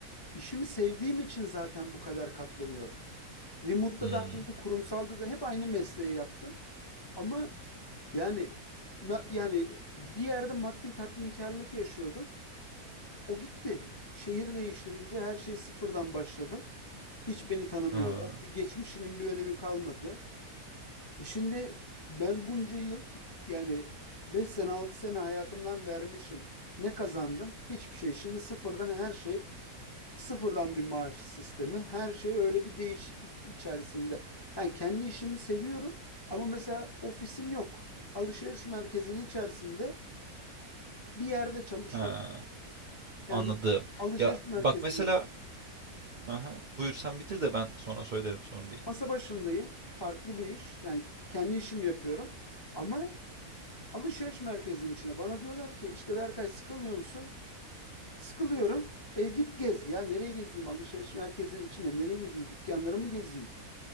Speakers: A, on the left (about 40°); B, on the right (about 60°).
A: işimi sevdiğim için zaten bu kadar katlanıyorum. Remote'da
B: Hmm,
A: da aynı, kurumsalda da hep aynı mesleği yaptım. Ama Yani ma- yani bir yerde maddi tatminkarlık yaşıyordum. O gitti. Şehir değiştirince her şeyi sıfırdan başladım. Hiç beni tanımıyorlar.
B: ha,
A: Bir geçmişinin bir önemi kalmadı. E şimdi ben bunca yıl yani 5 sene 6 sene hayatımdan vermişim. Ne kazandım? Hiçbir şey. Şimdi sıfırdan her şey sıfırdan bir maaş sistemi. Her şey öyle bir değişiklik içerisinde. Yani kendi işimi seviyorum ama mesela ofisim yok. Alışveriş merkezinin içerisinde bir yerde çalışıyorum.
B: ha,
A: Yani
B: anladım.
A: alışveriş
B: Ya
A: merkezinde
B: bak mesela aha, buyur sen bitir de ben sonra söylerim sorun değil.
A: masa başındayım. Farklı bir iş. Yani kendi işimi yapıyorum. Ama alışveriş merkezinin içine bana diyorlar ki işte Berkay sıkılmıyor musun? Sıkılıyorum. E git gez. Ya nereye gezeyim? Alışveriş merkezinin içinde nereye gezeyim? Dükkanları mı gezeyim?